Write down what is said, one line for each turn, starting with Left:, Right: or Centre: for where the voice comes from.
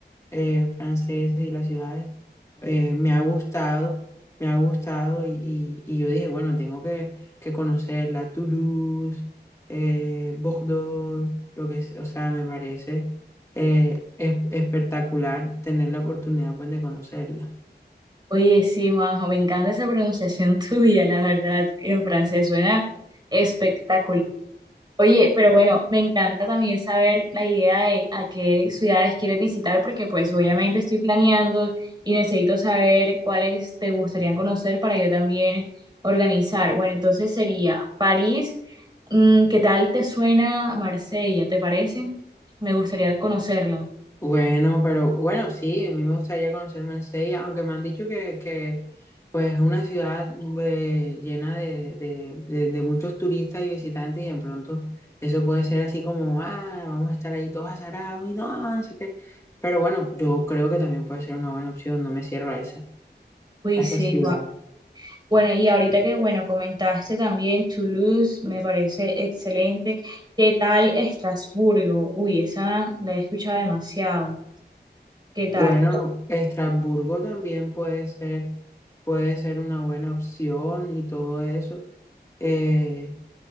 Left: eh, franceses y las ciudades, eh, me ha gustado, me ha gustado y, y- y yo dije, bueno, tengo que, que conocer la Toulouse, eh, Bordeaux, lo que es, o sea, me parece eh, es- espectacular tener la oportunidad pues, de conocerla.
Right: Oye, sí, Majo, me encanta esa pronunciación <laughs> tuya, la verdad, en francés suena espectacular. Oye, pero bueno, me encanta también saber la idea de a qué ciudades quieres visitar, porque pues obviamente estoy planeando y necesito saber cuáles te gustaría conocer para yo también organizar. Bueno, entonces sería París. Mm, ¿Qué tal te suena Marsella? ¿Te parece? Me gustaría conocerla.
Left: Bueno, pero bueno, sí, a mí me gustaría conocer Marsella, aunque me han dicho que, que pues es una ciudad eh, llena de, de- de- de muchos turistas y visitantes y de pronto eso puede ser así como, ah, vamos a estar ahí todos azarados y no, no sé qué. Pero bueno, yo creo que también puede ser una buena opción, no me cierro a esa,
Right: Uy,
Left: a
Right: sí,
Left: esa ciudad.
Right: Juan. Bueno, y ahorita que, bueno, comentaste también Toulouse, me parece excelente. ¿Qué tal Estrasburgo? Uy, esa la he escuchado demasiado. ¿Qué tal?
Left: Bueno, Estrasburgo también puede ser, puede ser una buena opción y todo eso. Eh,